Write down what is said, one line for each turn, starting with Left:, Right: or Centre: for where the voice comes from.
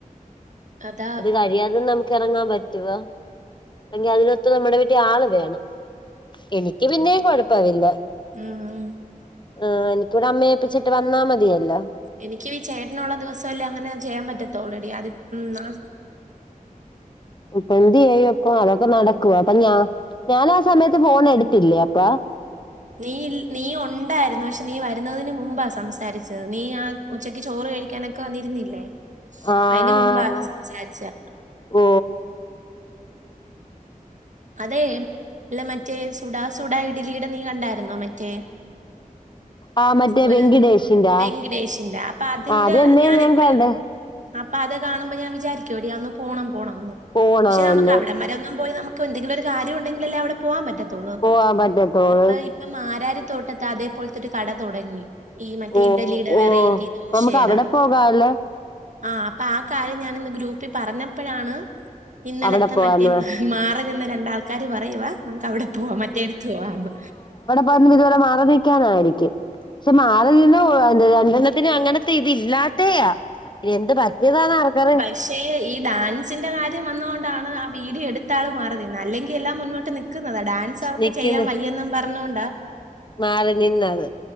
Right: അതാ
Left: അത് കഴിയാതെ നമുക്ക് ഇറങ്ങാൻ പറ്റ് റ്റുവാ അല്ലങ്കിൽ അതിനൊത്ത് നമ്മുടെ വീട്ടി ആള് വേണം എനിക്ക് പിന്നേം കൊഴപ്പവില്ല
Right: ഉം ഉം
Left: ആഹ് എനിക്കിവിടെ അമ്മയേപ്പിച്ചിട്ട് വന്നാ മതിയല്ലോ
Right: എനിക്കും ഈ ചേട്ടനും ഉള്ള ദിവസംമല്ലേ അങ്ങനെ ചെയ്യാൻ പറ്റത്തോള്ളൊടി അത് ഉം ആഹ്
Left: പ്പെന്ത്യയ്യും ക്കേ അതൊക്കാ നടക്കോ അപ്പ ഞാ ഞാൻ ആ സമയത്ത് ഫോൺ എടുത്തില്ലേ അപ്പ
Right: നീ ഇൽ നീ ഉണ്ടായിരുന്നു പക്ഷെ നീ വരുന്നതിന് മുമ്പാ സംസാരിച്ചത് നീ ആ ഉച്ചക്ക് ചോറ് കഴിക്കാനൊക്കെ വന്നിരുന്നില്ലേ
Left: ആഹ്
Right: അയിന് മുമ്പാത് സംസാരിച്ചെ
Left: ഓ
Right: അതെ ഇല്ല മറ്റേ സുഡാ സുഡ ഇഡലീടെ നീ കണ്ടായിരുന്നോ മറ്റേ
Left: ആഹ് മറ്റേ
Right: ഒരു
Left: വെങ്കിടേഷിന്റെ ആ
Right: വെങ്കടേഷിന്റെ അപ്പൊ അതിന്റെ
Left: അതെന്നേ ഞാൻ
Right: എപ്പോഴും
Left: കാണ്ടേ
Right: അപ്പൊ അത് കാണുമ്പോ ഞാൻ വിചാരിക്കുംടി ഒന്ന് പോണം പോണം എന്ന്
Left: പോണന്ന്
Right: പക്ഷെ നമുക്ക് അവിടം വരെ ഒന്നും പോയി നമു ക്കും എന്തെങ്കിലും ഒരു കാര്യം ഉണ്ടെങ്കിലല്ലേ അവിടെ പോവാൻ പറ്റത്തുള്ളൂ
Left: പോവാൻ പറ്റത്തോള്
Right: അപ്പയി ഇപ്പ മാരാരി തോട്ടത്ത് അതേപോലത്തെ ഒരു കട തുടങ്ങി ഈ മറ്റേ
Left: ഓ
Right: ഇഡലിയുടെ
Left: ഓ
Right: വെറൈറ്റി ദോശയ്ടെ
Left: നമുക്ക് അവിടെ പോകാല്ലേ
Right: ആഹ് അപ്പൊ ആ കാര്യം ഞാൻ ഇന്ന് ഗ്രൂപ്പിൽ പറഞ്ഞപ്പോഴാണ് ഇന്നലത്തെ
Left: അവിടെ പോവാന്ന്
Right: മറ്റേ മാ റി നിന്ന രണ്ടാൾക്കാര് പറയുവാ നമുക്ക് അവിടെ പോവാ മറ്റേ എടുത്ത് പോവാന്ന്
Left: പറ്ഞ്ഞ് ഇതുപോലെ മാറി നിൽക്കാനായിരിക്കും പക്ഷെ മാറി നിന്ന ഓ രണ്ടണ്ണത്തിന് അങ്ങനത്തെ ഇതില്ലാത്തെയാ ഇത് എന്ത് പറ്റിയതാണ് ആർക്കറിയ
Right: ക്ഷേ ഈ ഡാൻസിന്റെ കാര്യം വന്നതുകൊണ്ടാണ് ആ വീഡിയോ എടുത്താള് മാറി നിന്നെ അല്ലെങ്കി എല്ലാം മുന്നോട്ട് നി ക്കുന്നതാ ഡാൻസ് അവക്ക്
Left: നിക്കുന്ന
Right: ചെയ്യാൻ വയ്യന്നും പറഞ്ഞോണ്ടാ
Left: മാറി നിന്നത്